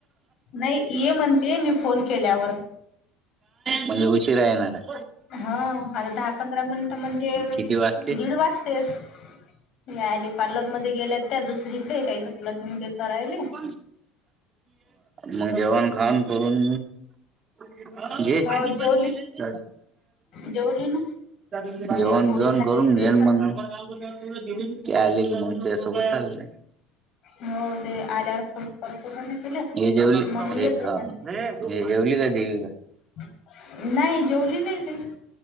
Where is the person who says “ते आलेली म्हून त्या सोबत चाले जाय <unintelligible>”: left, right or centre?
Right